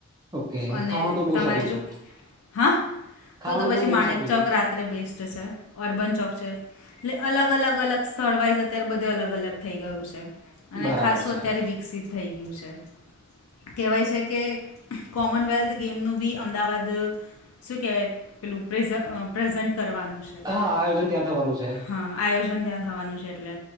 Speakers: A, on the right (about 15°); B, on the left (about 85°).
A: ઓકે
B: અને
A: ખાવાનો તો હું બહુ
B: તમારે
A: શોખીન
B: જો,
A: છું
B: હા,
A: ખાવાનો
B: તો તો પછી
A: હું બહુ
B: માણેક
A: શોખીન
B: ચોક
A: છું
B: રાત ત્રે બેસ્ટ છે, અર્બન ચોક છે, એટલે અલગ અલગ અલગ સ્થળવાઈઝ અત્યારે બધે અલગ અલગ થઈ ગયું છે અને
A: બરાબર
B: ખાસું
A: છે
B: અત્યારે વિકસિત થઈ ગયું છે. કહેવાય છે કે કોમનવેલ્થ ગેમનું બી અમદાવાદ શું કહેવાય પેલું પ્રેઝ પ્રેઝન્ટ કરવાનું છે.
A: હા આયોજન ત્યાં થવાનું છે
B: હા આયોજન ત્યાં થવાનું છે એટલે